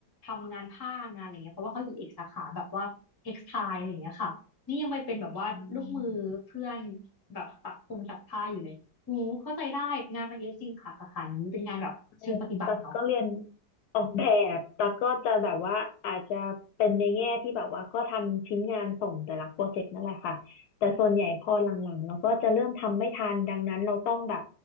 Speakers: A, on the left; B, on the left.
A: ทำงานผ้างานอะไรเงี้ยเพราะว่าเขาอยู่เอกสาขาแบบว่าเท็กซ์ไทล์อะไรงเงี้ยค่ะ นี่ยังไปเป็นแบบว่าลูกมือเพื่อน
B: อืม
A: แบบปักธงตักผ้าอยู่เลยหูเข้าใจได้งานมันเยอะจริงค่ะสาขานี้เป็นงานแบบเชิงปฏิบัติเนาะ
B: ใช่ตักก็เรียนออกแบบตักก็จะแบบว่าอาจจะเป็นในแง่ที่แบบว่าก็ทำชิ้นงานส่งแต่ละโปรเจกต์นั่นแหละค่ะแต่ส่วนใหญ่พอหลังๆเราก็จะเริ่มทำไม่ทันดังนั้นเราต้องแบบ